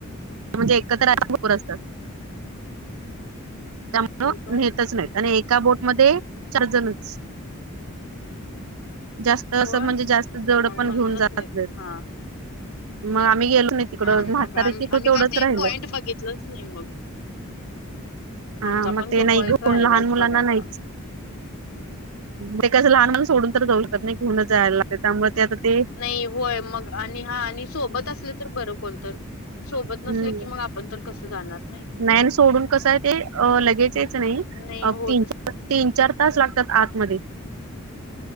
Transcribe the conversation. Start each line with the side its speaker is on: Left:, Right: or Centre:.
Right: म्हणजे एकत्रर, <unintelligible> त्यामुळं
Left: होय का
Right: नेतच नाहीत. आणि एका बोटमध्येध्ये चार जणच जास्त असं
Left: होय
Right: म्हणजे जास्त जड
Left: मग
Right: पण
Left: म्हणूनच
Right: घेऊन जात नाही,
Left: हा
Right: मग आम्ही गेलो नाही. तिकडं
Left: हा मग
Right: म्हातारीची
Left: आम्ही
Right: तेवढंच
Left: आम्ही का ते
Right: राहिलं
Left: पॉइंट बघितलंच नाइ मग
Right: हा
Left: आमचा
Right: मग
Left: पण
Right: ते
Left: तो
Right: नाही
Left: पॉईंट
Right: घेऊन
Left: राहिलायच
Right: लहान मुलांना
Left: बघायचा.
Right: नाहीच ते कसं लहान मुलांना सोडून तर जाऊ शकत नाइ घेऊनच जायला लागतंय त्यामुळे ते आता ते
Left: नाही होय मग आणि हा आणि सोबत असले तर बरं कोणत सोबत
Right: हम्म
Left: नसले की मग आप कोण तर कसं जाणार नाइ.
Right: नाही आणि सोडून कसं आहे ते लगेच यायचं
Left: हम्म
Right: नाही
Left: होतच
Right: तीन चार
Left: नाही
Right: तीन चार तास लागतात आतमध्ये